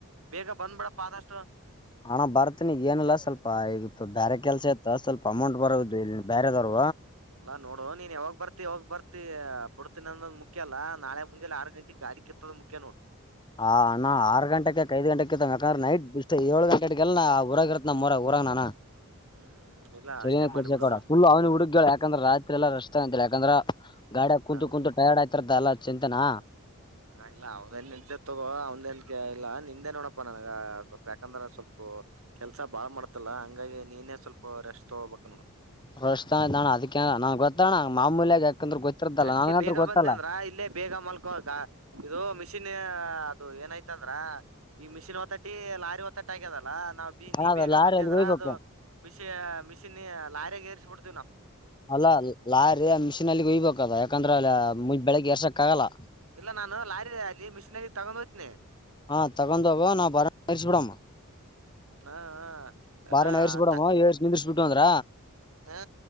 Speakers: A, on the right (about 75°); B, on the left (about 20°).
A: ಬೇಗ ಬಂದ್ಬಿಡಪ್ಪ ಆದಷ್ಟು
B: ಹಣ ಬರ್ತನಿಗ ಏನಲ್ಲ ಸ್ವಲ್ಪ ಈಗ ಬೇರೆ ಕೆಲ್ಸ ಇತ್ತು ಸ್ವಲ್ಪ ಅಮೌಂಟ್ ಬರದು ಇಲ್ಲಿ ಬೇರೆದವ್
A: ಹ ನೋಡು ನೀನ್ ಯಾವಾಗ ಬರ್ತಿ ಯಾವಗ ಬರ್ತಿ ಬುಡ್ತಿನಿ ಅಂದ್ ಮುಖ್ಯ ಅ ಮುಂಜಾಲೆ ಆರು ಗಂಟೆಗೆ ಗಾಡಿಕಿತ್ತದ ದು ಮುಖ್ಯ ನೋಡು
B: ಹಾ ಅಣ್ಣ ಆರು ಗಂಟೆಗೆ ಐದು ಗಂಟೆ ಇತ್ತ ಯಾಕಂದ್ರೆ ನೈಟ್ ಏಳ್ ಗಂಟೆಟಗೆಲ್ಲ ಊರಾಗ್ ಇರತ್ ನಮ್ಮರ ನಾನ
A: ಹ್ಮ್ ಇಲ್ಲ
B: ಸರಿಯ
A: ಅಷ್ಟೇ
B: ಕೆಸ
A: ಮಾಡಿಬಿಡು
B: ಕೊಡ ಫುಲ್ ಅವನ ಹುಡುಗ ಹೇಳ ಯಾಕಂದ್ರೆ ರಾತ್ರಿ ಎಲ್ಲ ರಶ್ ಅಂತ ಯಾಕಂದ್ರ ಗಾಡಿಯ ಕುಂತು
A: ಹೌದು
B: ಕುಂತು ಟಯರ್ಡ್ ಆಯ್ತಾರದ ಅಲ್ಲ ಚಿಂತೆನಾ
A: ಹಾ ಇಲ್ಲ ಅವ್ಏನ್ ನಡತೆ ತಗೋ ಅವ್ಏನ್ ಇಲ್ಲ ನಿಂದೆ ನೋಡಪ್ಪಾ ನನಗ ಸ್ವಲ್ಪ ಯಾಕಂದ್ರ ಸ್ವಲ್ಪ ಕೆಲ್ಸ ಬಾಳ ಮಾಡ್ತಲ್ಲ ಹಂಗಾಗಿ ನೀನೇ ಸ್ವಲ್ಪ ರೆಸ್ಟ್ ತಗೋಬೇಕಕ್
B: ರೋಷ್ ಇದಣ್ಣ ಅದಕ ನಂನ್ ಗೊತ್ತಣ್ಣ ಮಾಮೂಲ್ಯಾಗ ಯಾಕಂದ್ರ ಗೊತ್ತಿರ್ತಲ್ಲ
A: ಹ ಅದಕ್ಕೆ
B: ನನ್ಗಂತ್ರ
A: ಬೇಗ
B: ಗೊತ್ತಲ್ಲ
A: ಬಂದ ಅಂದ್ರ ಇಲ್ಲೇ ಬೇಗ ಮಲ್ಕೋ ಇ ಮ ಮಿಷನ್ ಅದು ಏನ ಯತ ಅಂದ್ರ ಈ ಮಿಷಿನ್ ಹೊತಟಿ ಲಾರಿ ಒತ್ತಟ್ಟಿ ಆಗ್ಯದಲ್ಲ ನಾವು
B: ಅಣ್ಣ
A: ನೀ
B: ಅದು
A: ಬೇಗ
B: ಲಾರಿ
A: ಬಂದಿ
B: ಎಲ್ಲಿ
A: ಅಂದ್ರ
B: ಹೋಗ್ಬೇಕು
A: ಅದು ಮಿಷಿ ಮಿಷಿನ್ ಲಾರಗೇರಿಸಿಬಿಡ್
B: ಅಲ್ಲ ಲಾರಿ ಮಿಷಿನ್ಲ್ಲಿ ಹಯ್ಬೇಕದ ಯಾಕಂದ್ರೆ ಅ ಮುಜ್ ಬೆಳಿಗ್ಗೆ ಎರ್ಸಕ್ಕ ಆಗಲ್ಲ
A: ಇಲ್ಲ ನಾನು ಲಾರಿ ಅಲ್ಲಿ ಮಿಷಿನರಿ ತಗೊಂಡ್ ಹೋಯ್ತನಿ
B: ಹಾ ತಗೊಂಡ ನಾ ಬರ ಮರಿಚ ಬಿಡಾಮ
A: ಹಾ ಹಾ
B: ಬಾರ ನಯಚಿಡಿ
A: ಹಾ
B: ಅಂದ್ರ
A: ಹ